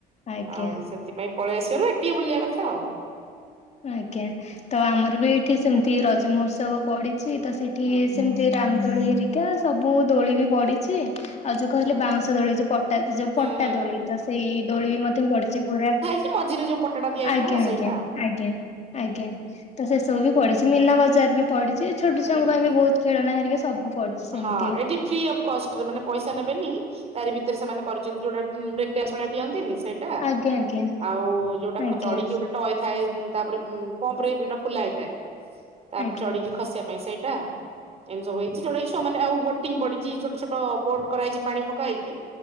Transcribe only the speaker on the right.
ଆଉ ସେଥିପାଇଁ ପଳେଇ ଆସିବାରୁ ଏ ଟିକେ ବୁଲିବା କଥା ଆଉ।
ହୁଁ।
ହୁଁ
ହୁଁ
ହୁଁ
ହୁଁ
କି ମଝିରେ ଯୋଉ ପଟାଟା ଦିଆ ହେଇଥିବ
ସେଇଟା
ହୁଁ
ହୁଁ
ହଁ ଏଠି ଫ୍ରି ଅଫ୍ କଷ୍ଟରେ ମାନେ ପଇସା ନେବେନି ତାରି ଭିତରେ ସେମାନେ କରିଛନ୍ତି। ଯୋଉଟା ବ୍ରେକଡ୍ୟାନ୍ସ ଭଳିଆ ଡିଅନ୍ତିନି ସେ ହେଲା।
ଆଉ ଯୋଉଟା
ଖ ଚଢକି ଗୋଟେ ଟଏ ଥାଏ। ତାପରେ ପମ୍ପରେ ଏ ଯୋଉ ଟା ଫୁଲା ହେଇଥାଏ। ତାପରେ
ଚଢିକି ଖସିବା ପାଇଁ ସେଇଟା। ଏମିତି ସବୁ ହେଇଛି। ଚଢେଇ ଛୁଆ ମାନେ ଆଉ ବୋଟିଂ ପଡିଛି। ଛୋଟ ଛୋଟ ବୋଟ କରାହେଇଛି। ପାଣି ପକା ହେଇକି